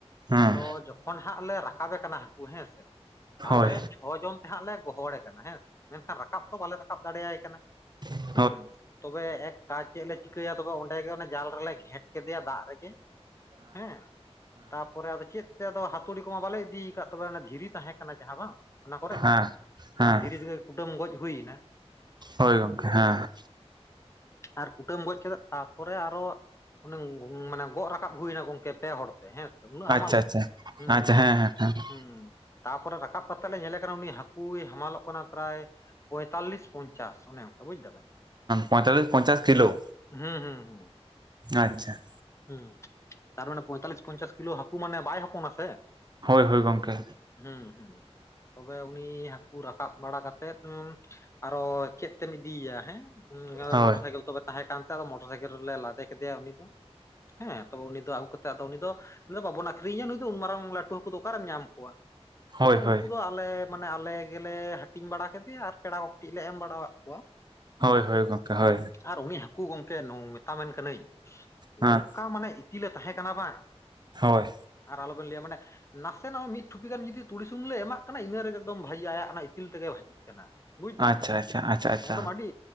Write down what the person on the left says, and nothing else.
ᱟᱫᱚ ᱡᱚᱠᱷᱚᱱ ᱦᱟᱸᱜ ᱞᱮ ᱨᱟᱠᱟᱵᱮ ᱠᱟᱱᱟ ᱦᱟᱹᱠᱩ ᱦᱮᱸ ᱥᱮ
ᱟᱞᱮ ᱪᱷᱚ ᱡᱚᱱ ᱛᱮ ᱦᱟᱸᱜ ᱞᱮ ᱜᱚᱦᱚᱲᱮ ᱠᱟᱱᱟ ᱦᱮᱸᱥᱮ ᱢᱮᱱᱠᱷᱟᱱ ᱨᱟᱠᱟᱵ ᱫᱚ ᱵᱟᱞᱮ ᱨᱟᱠᱟᱵ ᱫᱟᱲᱮᱭᱟᱭ ᱠᱟᱱᱟ
ᱦᱮᱸ ᱛᱚᱵᱮ ᱮᱠ ᱠᱟᱡ ᱪᱮᱫ ᱞᱮ ᱪᱤᱠᱟᱹᱭᱟ ᱛᱚᱵᱮ ᱚᱸᱰᱮᱜ ᱚᱱᱟ ᱡᱟᱞ ᱨᱮᱞᱮ ᱜᱷᱮᱴ ᱠᱮᱫᱮᱭᱟ ᱫᱟᱜ ᱨᱮᱜᱮ ᱦᱮᱸ ᱛᱟᱨᱯᱚᱨᱮ ᱟᱫᱚ ᱪᱮᱫ ᱟᱫᱚ ᱦᱟᱹᱛᱩᱲᱤ ᱠᱚᱢᱟ ᱵᱟᱞᱮ ᱤᱫᱤᱠᱟᱫ ᱛᱚᱵᱮ ᱫᱷᱤᱨᱤ ᱛᱟᱦᱮᱸ ᱠᱟᱱᱟ ᱡᱟᱦᱟᱸ ᱵᱟᱝ ᱚᱱᱟ ᱠᱚᱨᱮ
ᱚᱱᱟ ᱫᱷᱤᱨᱤ ᱛᱮᱜᱮ ᱠᱩᱴᱟᱹᱢ ᱜᱚᱡ ᱦᱩᱭ ᱮᱱᱟ
ᱟᱨ ᱠᱩᱴᱟᱹᱢ ᱜᱚᱡ ᱠᱮᱫᱮ ᱛᱟᱨᱯᱚᱨᱮ ᱟᱨᱚ ᱚᱱᱮ ᱢᱟᱱᱮ ᱜᱚᱜ ᱨᱟᱠᱟᱵ ᱦᱩᱭᱱᱟ ᱜᱚᱝᱠᱮ ᱯᱮ ᱦᱚᱲᱛᱮ ᱦᱮᱸᱥᱮ ᱩᱱᱟᱹᱜ ᱦᱟᱢᱟᱞ
ᱥᱮ ᱦᱮᱸ
ᱦᱩᱸ
ᱦᱩᱸ ᱛᱟᱨᱯᱚᱨᱮ ᱨᱟᱠᱟᱵ ᱠᱟᱛᱮᱜ ᱞᱮ ᱧᱮᱞᱮ ᱠᱟᱱᱟ ᱩᱱᱤ ᱦᱟᱹᱠᱩᱭ ᱦᱟᱢᱟᱞᱚᱜ ᱠᱟᱱᱟ ᱯᱨᱟᱭ ᱯᱚᱭᱛᱟᱞᱤᱥ ᱯᱚᱧᱪᱟᱥ ᱚᱱᱮ ᱵᱩᱡ ᱫᱟᱵᱮᱱ
ᱦᱩᱸ ᱦᱩᱸ ᱦᱩᱸ
ᱦᱩᱸ ᱛᱟᱨ ᱢᱟᱱᱮ ᱯᱚᱭᱛᱟᱞᱞᱤᱥ ᱯᱚᱸᱧᱪᱟᱥ ᱠᱤᱞᱳ ᱦᱟᱹᱠᱩ ᱢᱟᱱᱮ ᱵᱟᱭ ᱦᱚᱯᱚᱱᱟ ᱥᱮ
ᱦᱮᱸ ᱦᱮᱸ ᱛᱚᱵᱮ ᱩᱱᱤ ᱦᱟᱠᱩ ᱨᱟᱠᱟᱵ ᱵᱟᱲᱟ ᱠᱟᱛᱮᱜ ᱟᱨᱚ ᱪᱮᱫ ᱛᱮᱢ ᱤᱫᱤᱭᱮ-ᱟ ᱦᱮᱸ ᱦᱩᱸ
ᱢᱚᱴᱚᱨ ᱥᱟᱭᱠᱮᱞ ᱛᱚᱵᱮ ᱛᱟᱦᱮᱸ ᱠᱟᱱ ᱛᱮ ᱟᱫᱚ ᱢᱚᱴᱚᱨ ᱥᱟᱭᱠᱮᱞ ᱨᱮᱞᱮ ᱞᱟᱫᱮ ᱠᱮᱫᱮᱭᱟ ᱩᱱᱤ ᱫᱚ ᱦᱮᱸ ᱛᱚᱵᱮ ᱩᱱᱤ ᱫᱚ ᱟᱜᱩ ᱠᱟᱛᱮ ᱫᱚ ᱵᱟᱵᱚᱱ ᱟᱠᱷᱨᱤᱧᱮᱟ ᱱᱩᱭ ᱫᱚ ᱩᱱ ᱢᱟᱨᱟᱝ ᱞᱟᱹᱴᱩ ᱦᱟᱹᱠᱩ ᱫᱚ ᱚᱠᱟᱨᱮᱢ ᱧᱟᱢ ᱠᱚᱣᱟ
ᱛᱚᱵᱮ ᱩᱱᱠᱩ
ᱫᱚ ᱟᱞᱮ ᱢᱟᱱᱮ ᱟᱞᱮ ᱜᱮᱞᱮ ᱦᱟᱹᱴᱤᱧ ᱵᱟᱲᱟ ᱠᱮᱫᱮᱭᱟ ᱟᱨ ᱯᱮᱲᱟ ᱠᱚᱴᱤᱡ ᱞᱮ ᱮᱢ ᱵᱟᱲᱟᱣᱟᱫ ᱠᱚᱣᱟ <unintelligible>
ᱟᱨ ᱩᱱᱤ ᱦᱟᱹᱠᱩ ᱜᱚᱢᱠᱮ ᱢᱮᱛᱟᱵᱤᱱ ᱠᱟᱹᱱᱟᱹᱧ ᱱᱚᱝᱠᱟ
ᱢᱟᱱᱮ ᱤᱛᱤᱞ ᱮ ᱛᱟᱦᱮᱸ ᱠᱟᱱᱟ ᱵᱟᱝ
ᱟᱨ ᱟᱞᱚᱵᱤᱱ ᱞᱟᱹᱭᱟ ᱢᱟᱱᱮ ᱱᱟᱥᱮᱱᱟᱜ ᱢᱤᱫ ᱴᱷᱩᱯᱤ ᱜᱟᱱ ᱡᱩᱫᱤ ᱛᱩᱤ ᱥᱩᱧᱩᱢ ᱞᱮ ᱮᱢᱟᱜ ᱠᱟᱱᱟ ᱤᱱᱟᱹ ᱨᱮᱜᱮ ᱮᱠᱫᱚᱢ ᱵᱷᱟᱹᱜᱤ ᱟᱭᱟᱜ ᱚᱱᱟ ᱤᱛᱤᱞ ᱛᱮᱜᱮ ᱵᱷᱟᱹᱡᱤᱜ ᱠᱟᱱᱟ ᱵᱩᱡ ᱛᱟᱵᱮᱱ,
ᱮᱠᱫᱚᱢ ᱟᱹᱰᱤ